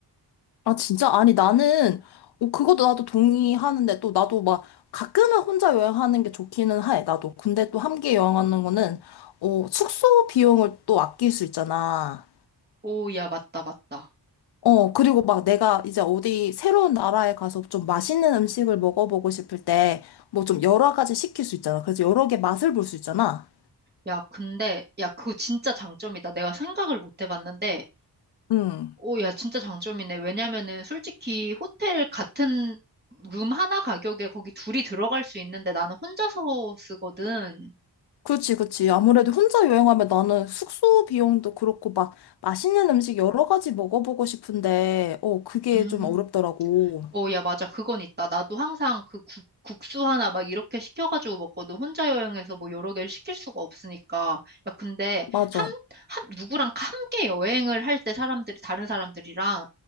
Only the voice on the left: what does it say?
아, 진짜? 아니, 나는, 어, 그것도 나도 동의하는데, 또 나도 막, 가끔은 혼자 여행하는 게 좋기는 해, 나도. 근데 또 함께 여행하는 거는, 어, 숙소 비용을 또 아낄 수 있잖아.
어, 그리고 막 내가 이제 어디 새로운 나라에 가서 좀 맛있는 음식을 먹어보고 싶을 때, 뭐 좀 여러 가지 시킬 수 있잖아. 그래서 여러 개 맛을 볼 수 있잖아.
응.
그치, 그치. 아무래도 혼자 여행하면 나는 숙소 비용도 그렇고 막 맛있는 음식 여러 가지 먹어보고 싶은데, 어, 그게
좀 어렵더라고.
맞아.